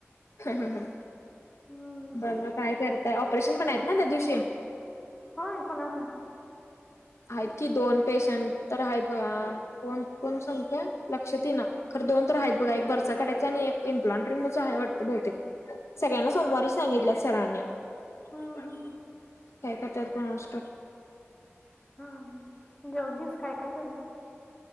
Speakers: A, on the left; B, on the left.
A: ह
B: हम्म
A: बघ काय करतय, ऑपरेशन पण आहेत ना त्या दिवशी.
B: होय कुणाच आहे.
A: आहेत कि, दोन पेशंट तर आहेत बघा, कोण-कोण सांगतो लक्षात येईना. खर दोन तर आहेत, बघा एक बरसा कड्याचे आणि एक इम्प्लांटिं आहे वाटंत बहुतेक. सगळ्यांना
B: होय
A: सोमवारी सांगितल्यात सरांनी. काय
B: हम्म हम्म
A: कारत्यात कोणास ठाऊक.
B: जेलीस काय-काय जेवलीस?